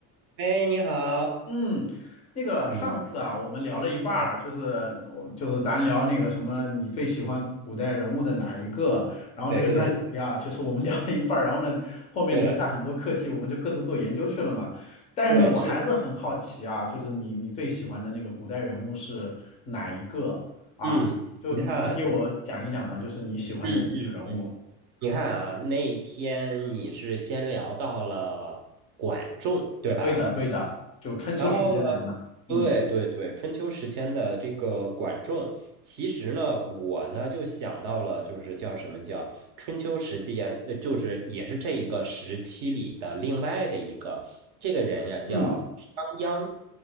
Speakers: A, on the right (about 45°); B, on the left (about 15°).
A: 哎，你好。
B: 嗯，那个上次啊，
A: 嗯，
B: 我们聊了一半儿，
A: 哎，
B: 就是我就是咱聊那个什么，你最喜欢古代人物的哪一个？然后这个专题啊，
A: 对对
B: 就是我们聊了一半儿，然后呢，后面留下很多课题，
A: 对
B: 我们就各自做研究去了嘛。但是呢，
A: 对，
B: 我还是很好奇啊，
A: 是，
B: 就是你你最喜欢的那个古代人物是哪一个啊？
A: 嗯，
B: 就你能给我讲一讲吗？
A: 你看，
B: 就是你喜欢的历史人物。
A: 嗯嗯嗯，你看啊，那天你是先聊到了管仲，对吧？
B: 对的，对的，就春秋时间的人嘛。
A: 然后呢，对对对，
B: 嗯
A: 春秋时期的这个管仲，其实呢，我呢就想到了，就是叫什么叫春秋时间，呃，就是也是这一个时期里的另外的一个这个人呀，叫商鞅。
B: 嗯。